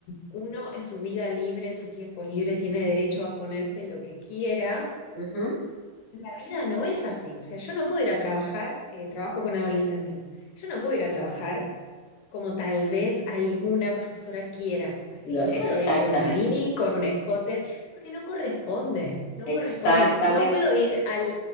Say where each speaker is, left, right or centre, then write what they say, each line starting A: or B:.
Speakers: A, on the left (about 80°); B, on the left (about 60°).
A: uno en su vida libre, en su tiempo libre, tiene derecho a ponerse lo que quiera,
B: Ujú.
A: la vida no es así. O sea, yo no puedo ir a trabajar, eh, trabajo con adolescentes, yo no puedo ir a trabajar como tal vez alguna profesora quiera, así.
B: Lo-
A: No
B: exactamente,
A: puedo ir con una mini, con un escote, porque no corresponde, no
B: exactamente,
A: corresponde. Si no puedo ir al,